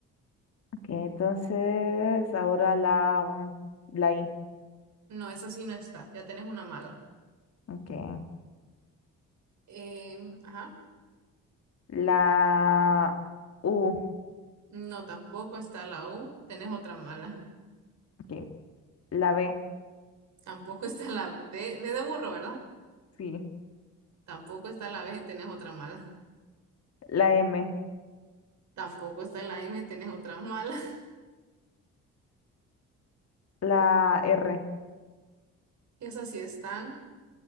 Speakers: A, on the left; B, on the right.
A: Que entonces ahora la, mm, la I.
B: No, esa sí no está, ya tenés una mala.
A: Okay.
B: Em, ajá,
A: La U.
B: no, tampoco está la U, tenés otra mala.
A: ok, La B.
B: <laughs> Tampoco está la B, B de burro, ¿verdad?
A: Sí.
B: Tampoco está la B, tenés otra mala.
A: La M.
B: Tampoco está la M, tenés otra mala. <laughs>
A: La R.
B: Esas sí están,